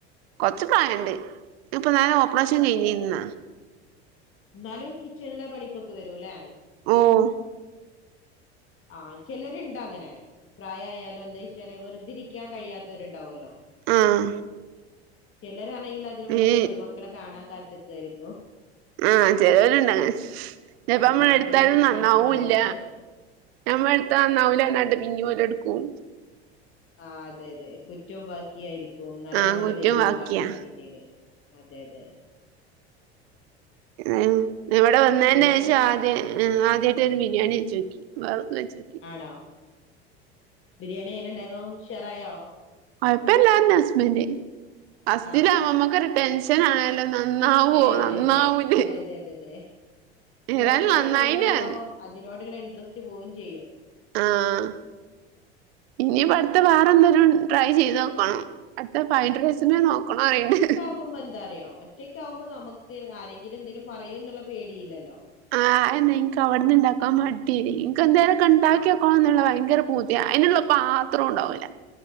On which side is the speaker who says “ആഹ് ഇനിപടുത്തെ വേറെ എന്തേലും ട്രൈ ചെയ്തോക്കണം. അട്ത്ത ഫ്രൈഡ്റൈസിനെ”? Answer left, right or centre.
Right